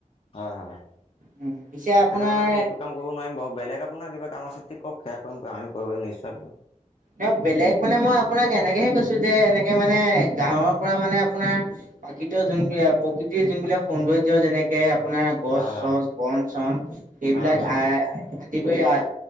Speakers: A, on the left; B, on the right.
A: হয় হয়।
B: উম পিছে
A: সেইকাৰণে
B: আপোনাৰ
A: আমি এইটো কাম কৰিব নোৱাৰিম বাৰু। বেলেগ আপোনাৰ কিবা কাম আছে ঠিক কওক, সেয়া কৰিম আমি কৰিব নিশ্চয় পাৰিম।
B: ন বেলেগ মানে মই আপোনাক এনেকেহে কৈছো যে এনেকে মানে গাঁৱৰ পৰা মানে আপোনাৰ। প্ৰাকৃত যোনবাক প্ৰকৃতিৰ যোনবিলাক সৌন্দৰ্য যেনেকে। আপোনাৰ গছ
A: হয় হয়
B: -চছ, বন- চন এইবিলাক
A: হয়
B: আই আদি কৰি আহ